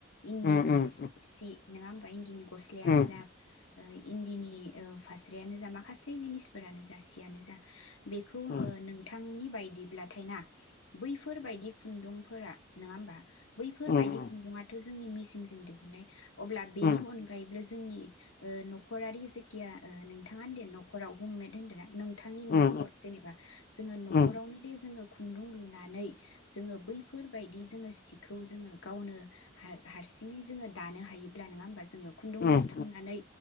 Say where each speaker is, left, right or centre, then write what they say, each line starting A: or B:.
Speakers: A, on the left (about 85°); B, on the left (about 45°).
A: इन्दिनि
B: उम उम
A: सि नोङा होमबा इन्दिनि ग'स्लायानो
B: उम
A: जा ओ इन्दिनि ओ फास्रायानो जा माखासे जिनिसफोरानो जा सियानो जा बेखौ ओ
B: उम
A: नोंथांनि बाय दिब्लाथाय ना बैफोर बायदि खुन्दुंफो फोरा नोङा होमबा बैफोरबायदि
B: उम
A: खुन्दुङाथ' जोंनि मिसिंजों दिहुननाय अब्ला बेनि
B: उम
A: अनगायैबो जोंनि ओ नख न'खरारि जेथिया ओ नोंथाङा होनदो न'खराव हमेद होन्दो नों थांनि
B: उम
A: न'खर जेनेबा जोङो न'खरावनो
B: उम
A: दे जोङो खुन्दुं लुनानै जोङो बैफोर बायदि जोङो सिखौ जोङो गावनो हार हारसिङै जोङो दानो हायोब्ला नोङा होमबा? जोङो खुन्दुं लुथुमनानै
B: उम